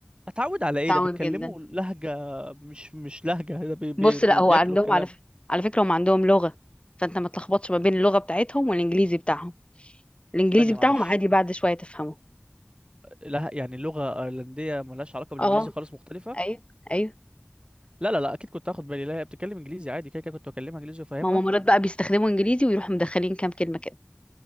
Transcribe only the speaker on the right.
اتعود على ايه
ده بيتكلموا
لهجة مش مش لهجة ده بي بي
بي
بياكلوا
كلام
ثانية
معلش
لا يعني اللغة ايرلندية ملهاش علاقة بالانجليزي
خالص مختلفة
لا لا لا اكيد كنت هاخد بالي لا هي بتتكلم انجليزي عادي كده كده كنت بكلمها انجليزي وفاهمها